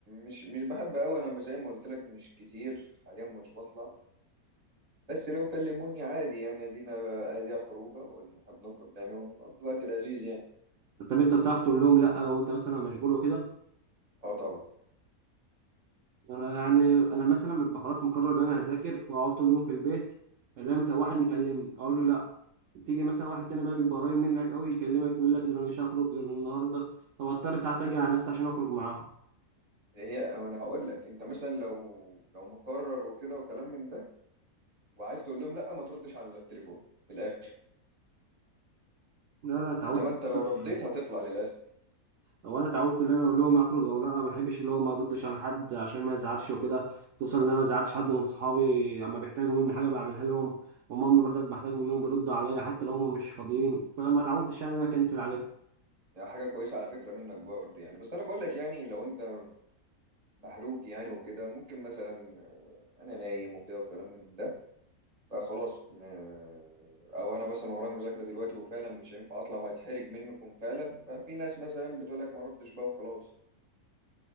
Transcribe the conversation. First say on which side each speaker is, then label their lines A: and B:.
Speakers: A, on the right (about 30°); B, on the right (about 65°).
A: مش مش بحب قوي انا زي ما قلت لك مش كتير حاليا مش بطلع بس لو كلموني عادي يعني ادينا اديها خروجه ونحب نخرج يعني ونقضي وقت لذيذ يعني
B: طب انت بتعرف تقول لهم لا لو انت مثلا مشغول وكده
A: اه طبعا
B: انا يعني انا مثلا ببقى خلاص مقرر ان انا هذاكر واقعد طول اليوم في البيت الاقي واحد مكلمني اقول له لا تيجي مثلا واحد تاني بقى بيبقى قريب منك قوي يكلمك يقول لك ده انا مش هخرج غير النهارده فبضطر ساعات اجي على نفسي عشان اخرج معاهم
A: هي ما انا هقول لك انت مثلا لو لو مقرر وكده وكلام من ده وعايز تقول لهم لا ما تردش على التليفون من الاخر
B: لا انا اتعودت
A: انما انت
B: بكل
A: لو رديت
B: حاجة.
A: هتطلع للاسف
B: او انا اتعودت ان انا اقول لهم هخرج او لا ما بحبش اللي هو ما اردش على حد عشان ما ازعلش وكده خصوصا ان انا ما ازعلتش حد من صحابي اما بيحتاجوا مني حاجه بعملها لهم وماما برضك بحتاج منهم بيردوا عليا حتى لو هم مش فاضيين فما اتعودتش يعني ان انا اكنسل عليهم
A: يعني حاجة كويسة على فكرة منك برضه يعني بس أنا بقول لك يعني لو أنت محروق يعني وكده ممكن مثلا آه، أنا نايم وكده وكلام من ده فخلاص آه، أو أنا مثلا ورايا مذاكرة دلوقتي وفعلا مش هينفع أطلع وهتحرج منكم فعلا ففي ناس مثلا بتقول لك ما ردش بقى وخلاص